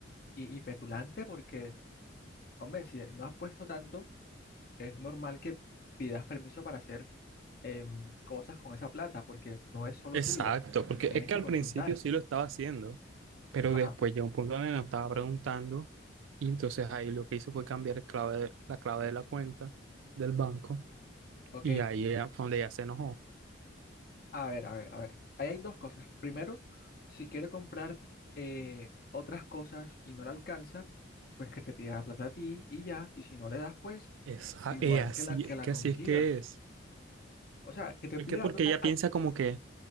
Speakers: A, on the left; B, on the right.
A: y, y petulante porque, hombre, si no has puesto tanto, es normal que pidas permiso para hacer em, cosas con esa plata porque no es solo
B: Exacto,
A: tuya,
B: porque
A: tienes
B: es que
A: que
B: al
A: consultar.
B: principio sí lo estaba haciendo, pero
A: Ajá,
B: después llegó un punto donde me estaba preguntando y entonces ahí lo que hizo fue cambiar el clave, la clave de la cuenta del banco
A: ok.
B: Y ahí ella, cuando ella se enojó,
A: A ver, a ver, a ver. Ahí hay dos cosas. Primero, si quiere comprar eh, otras cosas y no le alcanza, pues que te pida la plata a ti y ya, y si no le das, pues
B: es, a-
A: igual
B: es así,
A: que la que
B: es
A: la
B: que
A: consiga.
B: así es que es.
A: O sea, que te
B: Es
A: pida
B: que porque
A: la plata
B: ella
A: a
B: piensa
A: ti.
B: como que